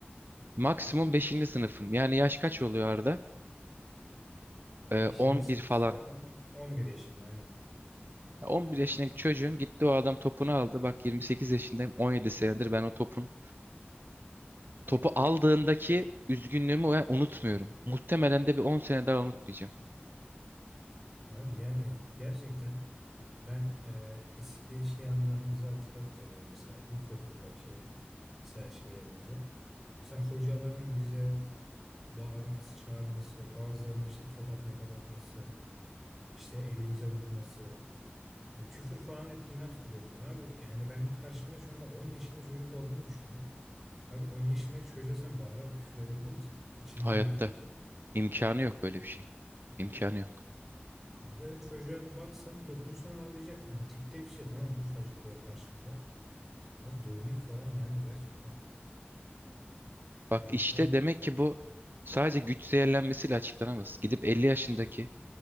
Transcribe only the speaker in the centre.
Beşinci
sınıfta
11 yaşında aynen.
Abi yani gerçekten ben e, eski şey anılarımızı hatırladıkça böyle mesela ilkokuldaki mesela şeylerimizi mesela hocaların bize bağırması, çağırması, bazılarına işte tokat mokat atması, işte elimize vurması, e, küfür falan ettiğini hatırlıyorum ben abi. Yani benim karşımda şu anda 10 yaşında çocuk olduğunu düşünüyorum. Abi 10 yaşındaki çocuğa sen bağırarak küfür edebilir misin? İçinden
gelir mi?
Yani zaten çocuğa baksan dokunsan ağlayacak. Hani tipte bir şey tamam mı? Ufacık böyle karşında. Abi dövmek falan yani gerçekten
inanılmaz.